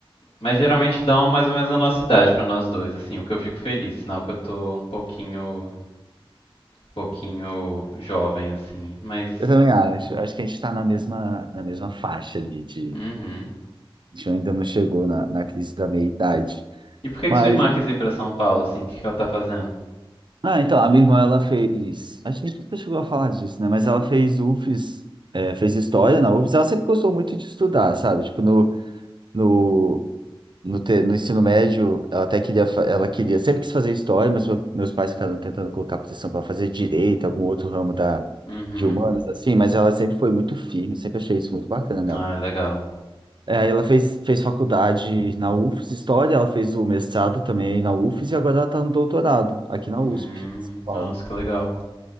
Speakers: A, on the left (about 85°); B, on the right (about 55°).
A: Mas geralmente dão mais ou menos a nossa idade pra nós dois, assim. O que eu fico feliz, sinal que eu tô um pouquinho, pouquinho jovem, assim. Mas,
B: Eu também acho. Acho que a gente está na mesma, na mesma faixa ali de.
A: uhum.
B: A gente ainda não chegou na, na crise da meia-idade.
A: E por que
B: Mas.
A: que sua irmã quis ir pra São Paulo, assim? O que que ela tá fazendo?
B: Ah, então, a minha irmã, ela fez. Acho que a gente nunca chegou a falar disso, né? Mas ela fez UFES, é, fez história na UFES. Ela sempre gostou muito de estudar, sabe? Tipo, no, no, No, te- no ensino médio, ela até queria, fa- ela queria, sempre quis fazer história, mas meu- meus pais ficaram tentando colocar posição para fazer direito, algum outro ramo da,
A: Uhum.
B: de humanas, assim, mas ela sempre foi muito firme, sempre achei isso muito bacana nela.
A: Ah, legal.
B: É, Aí ela fez, fez faculdade na UFES, História, ela fez o mestrado também aí na UFES e agora ela está no doutorado aqui na
A: Hum,
B: USP, em São Paulo.
A: nossa, que legal.